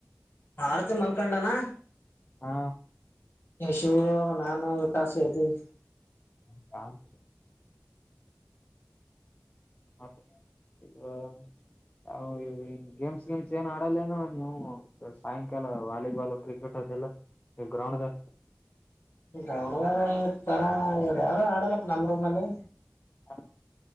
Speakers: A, on the left (about 50°); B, on the left (about 30°).
A: ಆರತಿ <unintelligible> ಮಲ್ಕೊಂಡನಾ.
B: ಹಾ
A: ಏ ಶಿವು ನಾನು ವಿಕಾಸ ಎದ್ದಿವಿ.
B: ಹೌ ಹ <unintelligible> ಹ ಇ <unintelligible> ಅವು ಇವು ಏನ್ ಗೇಮ್ಸ್ ಗಿಮ್ಸ್ ಏನ್ ಆಡಲ್ಲೇನು ನೀವು ಸಾಯಂಕಾಲ ವಾಲಿಬಾಲು ಕ್ರಿಕೆಟ್. ಟೆಲ್ಲ ಈ ಗ್ರೌಂಡದಾಗ.
A: ಗ್ರೌಂಡದಗ ತರ ಇವರ್ಯಾರು ಆಡಲ್ಲಪ್ಪ ನಮ್ ರೂಮಲ್ಲಿ.
B: ಹಾ